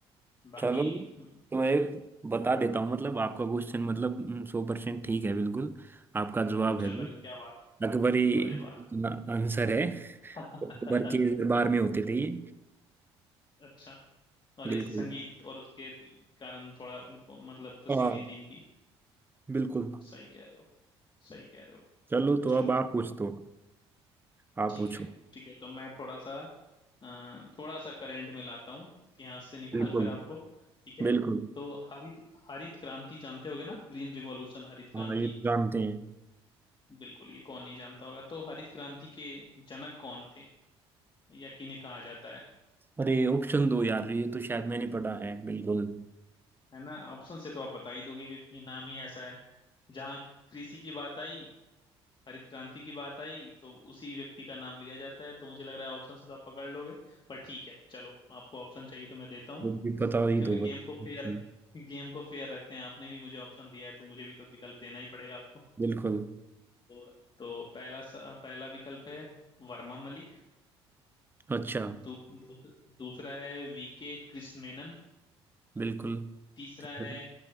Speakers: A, on the left (about 35°); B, on the right (about 15°).
A: है बाकी
B: चलो तो
A: मतलब
B: मैं एक बता
A: तो
B: देता हूँ मतलब आपका क्वेश्चन मतलब हम्म, सौ परसेंट ठीक है बिल्कुल आपका जवाब
A: अच्छा
B: है वो
A: करे क्या बात
B: अकबरी
A: अरे बात
B: का आंसर है
A: <laughs>
B: अकबर के दरबार में होते थे ये
A: अच्छा और ये
B: बिल्कुल
A: संगीत और उसके कारण थोड़ा मतलब प्रसिद्धि
B: हाँ
A: थी इनकी
B: बिल्कुल
A: सही कह रहे हो सही कह रहे हो
B: चलो तो
A: चलो
B: अब आप पूछ
A: अब
B: दो आप
A: ठीक
B: पूछो
A: है ठीक है तो मैं थोड़ा सा अ, थोड़ा सा करंट में लाता हूँ इतिहास से निकाल
B: बिल्कुल
A: कर आपको ठीक है
B: बिल्कुल
A: तो हरित हरित क्रांति जानते होगे ना आप ग्रीन रिवॉल्यूशन हरित क्रांति
B: हाँ ये तो जानते हैं
A: बिल्कुल ये कौन नहीं जानता होगा तो हरित क्रांति के जनक कौन थे या किन्हें कहा जाता है
B: अरे ऑप्शन दो यार ये तो शायद मैंने पढ़ा है बिल्कुल
A: है ना ऑप्शन से तो आप बता ही दोगे क्योंकि नाम ही ऐसा है जहाँ कृषि की बात आई हरित क्रांति की बात आई तो उसी व्यक्ति का नाम लिया जाता है तो मुझे लग रहा है ऑप्शन से तो आप पकड़ लोगे पर ठीक है चलो आपको ऑप्शन चाहिए तो मैं देता हूँ
B: मुझे भी पता ही
A: क्योंकि
B: दो
A: गेम
B: बस
A: को फेयर
B: option।
A: गेम को फेयर रखते हैं आपने भी मुझे ऑप्शन दिया है तो मुझे भी तो विकल्प देना ही पड़ेगा आपको
B: बिल्कुल
A: तो, तो पहला स- पहला विकल्प है वर्मा मलिक
B: अच्छा
A: दू, दूस, दूसरा है वीके कृष्ण मेनन
B: बिल्कुल
A: तीसरा
B: ठीक है
A: है